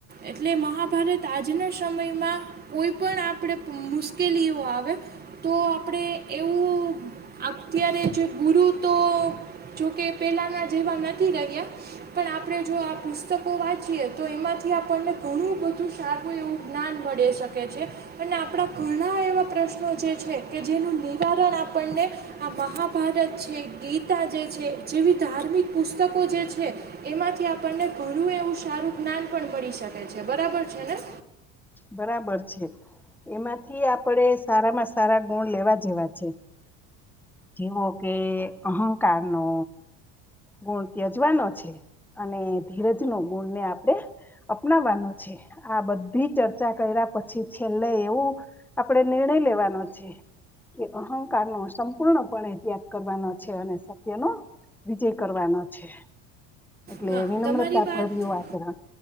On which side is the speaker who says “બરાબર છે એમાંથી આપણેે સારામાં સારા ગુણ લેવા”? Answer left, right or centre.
Centre